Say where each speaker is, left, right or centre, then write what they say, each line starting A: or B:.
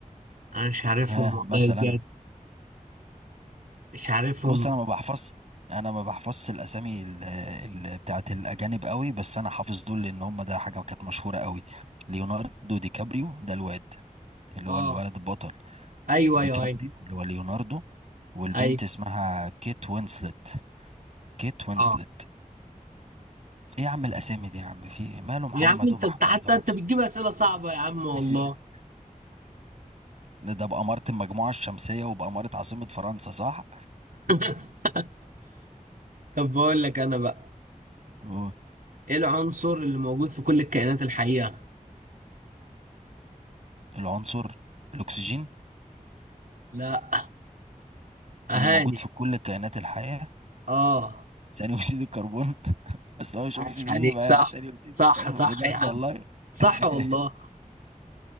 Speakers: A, on the right (about 75°); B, on the right (about 50°).
A: أنا مش عارفهم
B: ها
A: والله
B: مثلا
A: بجد مش عارفهم
B: بص انا ما بحفظ انا ما بحفظش الاسامي ال- ال- بتاعت الاجانب قوي بس انا حافظ دول لان هم ده حاجه كانت مشهوره قوي ليوناردو دي كابريو ده الواد اللي
A: آه
B: هو الولد البطل
A: أيوه
B: دي
A: أيوه
B: كابريو
A: أيوه
B: اللي هو ليوناردو والبنت
A: أيوه
B: اسمها كيت وينسلت كيت وينسلت
A: آه.
B: ايه يا عم الاسامي دي يا عم في إيه؟ ماله محمد
A: يا عم انت
B: ومحمود
A: انت حتى
B: وحمزه
A: انت بتجيب اسئله صعبه يا عم والله
B: <laughs> ده ده بأمارة المجموعة الشمسية وبأمارة عاصمة فرنسا صح؟
A: <laughs> طب بقول لك انا بقى
B: أوه.
A: ايه العنصر اللي موجود في كل الكائنات الحيه
B: العنصر الأكسجين
A: لا اهاني
B: اللي موجود في كل كائنات الحياة
A: اه
B: <laughs> ثاني أكسيد الكربون <laughs> بس هو مش
A: عاش
B: أكسجين
A: عليك
B: يبقى
A: صح
B: ثاني أكسيد
A: صح
B: الكربون
A: صح
B: بجد
A: يا عم
B: والله
A: صح
B: <laughs>
A: والله